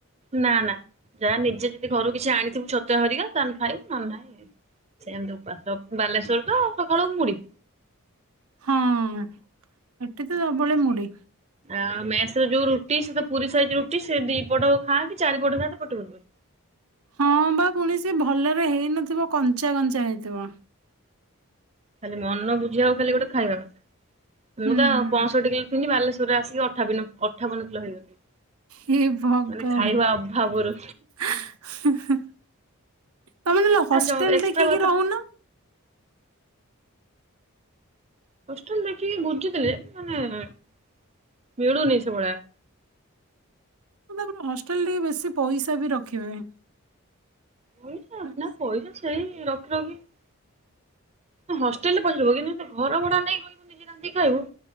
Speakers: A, on the right (about 30°); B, on the right (about 80°).
A: ନା ନା ଯାହା ନିଜେ ଯଦି ଘରୁ କିଛି ଆଣିଥିବୁ ଛତୁଆ ହେରିକା ତାହେଲେ ଖାଇବୁ ନେଲେ ନାଇ ସେମିତି ଉପାସ ବାଲେଶ୍ଵର ତ ସକାଳୁ ମୁଢି।
B: ହଁ। ଏଠି ତ ସବୁବେଳେ ମୁଢି।
A: ଆଉ ମେସ ର ଯୋଉ ରୁଟି ସେ ତ ପୁରୀ ସାଇଜ ରୁଟି ସେ ଦି ପଟ ଖାଆ କି ଚାରିପଟ ଖାଆ ତୋ ପେଟ ପୂରିବନି।
B: ହଁ ବା ପୁଣି ସେ ଭଲରେ ହେଇନଥିବ କଞ୍ଚା କଞ୍ଚା ହେଇଥିବ।
A: ଖାଲି ମନ ବୁଝିଆଉ ଖାଲି ଗୋଟେ ଖାଇବା କଥା। ମୁଁ
B: ହୁଁ
A: ତ
B: ହୁଁ
A: ପଞ୍ଚଷଠି କିଲ ଥିଲି ବାଲେଶ୍ଵ ରେ ଆସିକି ଅଠାବନ ଅଠାବନ କିଲୋ ହେଇଗଲି।
B: ହେ ଭଗବାନ।
A: ମାନେ ଖାଇବା ଅଭାବରୁ
B: <inaudible> ହୁଁ ହୁଁ। ତମେ ନହଲେ ହଷ୍ଟେଲ
A: ଆ ଜ ଏକ୍ସଟ୍ରା
B: ଦେଖିକି
A: ଭାତ
B: ରହୁନ?
A: ହଷ୍ଟେଲ ଦେଖିକି ବୁଝୁଥିଲି ଯେ ମାନେ <inaudible> ମିଳୁନି ସେଭଳିଆ। <inaudible>
B: ତାପରେ ହଷ୍ଟେଲ ଟିକେ ବେଶୀ ପଇସା ବି ରଖିବେ। <inaudible>
A: ପଇସା ନା ପଇସା <unintelligible> ହଷ୍ଟେଲ ରେ ପଚାରିବ କିନ୍ତୁ ଘର ଭଡା ନେଇକି ରହିବୁ ନିଜେ ରାନ୍ଧି ଖାଇବୁ